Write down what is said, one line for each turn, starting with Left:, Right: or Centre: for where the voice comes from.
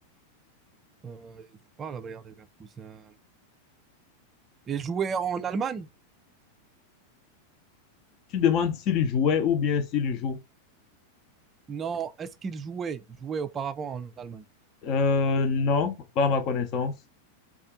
Right: Euh, il joue pas à la Bayer Leverkusen. Il jouait en Allemagne?
Left: Tu demandes s'il jouait ou bien s'il joue.
Right: Non, est-ce qu'il jouait? Il jouait auparavant en Allemagne.
Left: Euh, non, pas à ma connaissance.